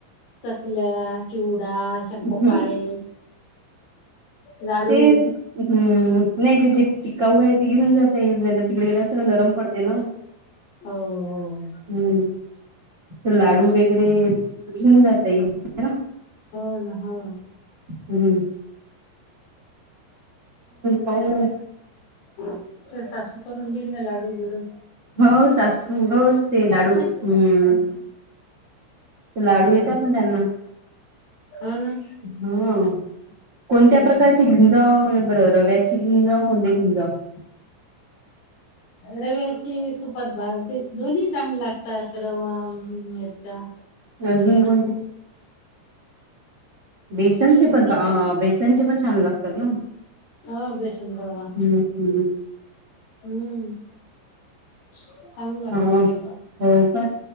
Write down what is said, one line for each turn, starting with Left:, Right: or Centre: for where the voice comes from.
Left: चकल्या चिवडा शंकरपाळे,
Right: ते
Left: लाडू
Right: ते हम्म नाही ते जे टिकाऊ आहे घेऊन जाता येईल डब्यात. तिकड गेल्याव सगळं नरम पडते ना.
Left: हो हो
Right: हम्म तर लाडू वगैरे घेऊन जात येईल ना.
Left: हो ना हो.
Right: हम्म. पाहू
Left: तुझं सासू करून देईन ना लाडू गीडू.
Right: हो सासू होस ते लाडू
Left: खायचं.
Right: हम्म. लाडू
Left: हम्म
Right: येतात ना त्यांना.
Left: हो ना.
Right: हम कोणत्या
Left: हम्म
Right: प्रकारचे घेन जाऊ बरं रव्याची घेन जाऊ कोणते घेन जाऊ? <inaudible>
Left: रव्याची तुपात भा ते दोन्ही चांगले लागतात रवा याता.
Right: म अजून काय म्हणते. बेसनचे
Left: दोन्ही
Right: पण का अ
Left: चांगले
Right: बेसनचे पण छान लागतात ना.
Left: ह बेसन रवा.
Right: हम्म हम्म.
Left: हम्म चांगलं लागत
Right: हा
Left: ते पण.
Right: हो का